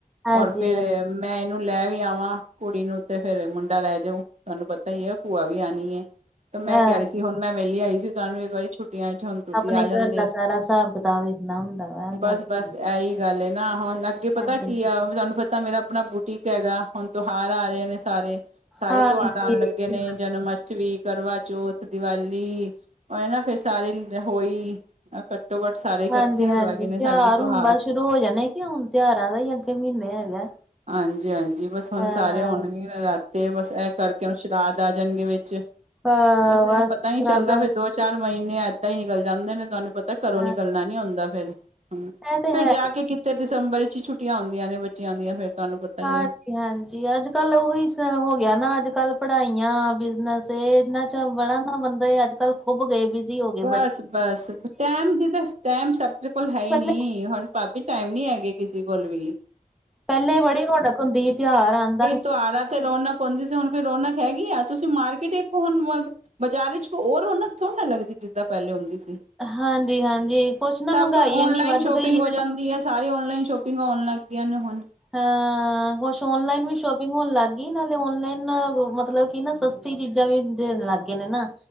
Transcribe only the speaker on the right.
ਔਰ ਫਿਰ
ਮੈਂ ਇਹਨੂੰ ਲੈ ਵੀ ਆਵਾਂ ਕੁੜੀ ਨੂੰ ਤੇ ਫਿਰ ਮੁੰਡਾ ਰਹਿ ਜਾਊ। ਤੁਹਾਨੂੰ ਪਤਾ ਹੀ ਏ ਭੂਆ ਵੀ ਆਣੀ ਏ, ਤੇ ਮੈਂ
ਕੈਅ ਰਹੀ ਸੀ। ਹੁਣ ਮੈਂ ਵੇਹਲੀ ਆਈ ਸੀ ਤੁਹਾਨੂੰ ਇੱਕ ਵਾਰੀ ਛੁੱ ਟੀਆਂ ਚ ਹੁਣ ਤੁਸੀਂ
ਆ ਜਾਂਦੇ
ਬਸ-ਬਸ।
ਏਹੀ ਗੱਲ ਨਾ ਹੁਣ ਅੱਗੇ ਆ ਪਤਾ
ਕਿ ਆ ਵੀ ਤੁਆਨੂੰ ਪਤਾ ਮੇਰਾ ਆਪਣਾ ਬੂਟੀ ਕ ਹੈਗਾ ਹੁਣ ਤਿਉਹਾਰ ਆ ਰਹੇ ਨੇ ਸਾਰੇ। ਸਾਰੇ
ਤਿਉਹਾਰ ਆਉਣ
ਲੱਗੇ ਨੇ ਜਨਮ ਅਟ ਛਵੀ, ਕਰਵਾਚੌਥ, ਦੀਵਾਲੀ ਆਏਂ ਨਾ ਫਿਰ ਸਾਰੇ ਹੋਈ ਅਕ ਘੱਟੋ-ਘੱਟ ਸਾਰੇ ਇਕੱਠੇ
ਹੋ ਗਏ ਨੇ
ਸਾਡੇ ਤੋਹਾਰ।
ਹਾਂਜੀ, ਹਾਂਜੀ ਬਸ ਹੁਣ
ਸਾਰੇ ਹੋਣਗੇ ਨਰਾਤੇ ਬਸ ਇਹ ਕਰਕੇ ਰਾਦ ਆ ਜਾਣਗੇ ਵਿਚ
ਬਸ ਐਂ ਪਤਾ
ਨੀ ਚੱਲਦਾ ਫਿਰ ਦੋ ਚਾਰ ਮਹੀਨੇ ਏਦਾਂ ਹੀ ਨਿਕਲ ਜਾਂਦੇ ਨੇ ਤੁਹਾਨੂੰ ਪਤਾ ਘਰੋਂ
ਨਿਕਲਣਾ ਨੀ ਹੁੰਦਾ ਫਿਰ। ਹੂੰ,
ਫੇਰ
ਜਾ
ਕੇ ਕਿਤੇ ਦਸੰਬਰ ਚ ਈ ਛੁੱਟੀਆਂ ਆਉਂਦੀਆ ਨੇ ਬੱਚਿਆਂ ਦੀਆਂ ਫੇਰ ਤੁਹਾਨੂੰ ਪਤਾ
ਈ ਏ।
ਬਸ
ਬਸ ਟੈਮ ਦੀ ਤਾਂ ਟੈਮ ਸਬ ਕੋਲ ਹੈ
ਈ ਨੀ ਹੁਣ ਭਾਬੀ ਟਾਈਮ ਨੀ ਹੈਗੇ ਕਿਸੇ ਕੋਲ ਵੀ।
ਤੋਆਰਾ ਤੇ ਰੌਣਕ ਹੁੰਦੀ ਸੀ। ਹੁਣ ਫਿਰ ਰੌਣਕ ਹੈਗੀ ਆ ਤੁਸੀਂ ਮਾਰਕੀਟ ਇੱਕ ਹੁਣ ਬਾਜ਼ਾਰ ਵਿਚ ਹੋਰ ਹੁਣ ਥੋੜ੍ਹੀ ਨਾ ਲੱਗਦੀ ਜਿੱਦਾਂ ਪੇਲੈ ਹੁੰਦੀ ਸੀ।
ਸਭ
ਕੁਂ
ਓਨਲਾਈਨ
ਸ਼ੋਪਿੰਗ
ਹੋ ਜਾਂਦੀ ਏ। ਸਾਰੇ ਔਨਲਾਈਨ ਸ਼ੋਪਿੰਗਾਂ ਹੋਣ ਲੱਗ ਗਈਆਂ ਨੇ ਹੁਣ।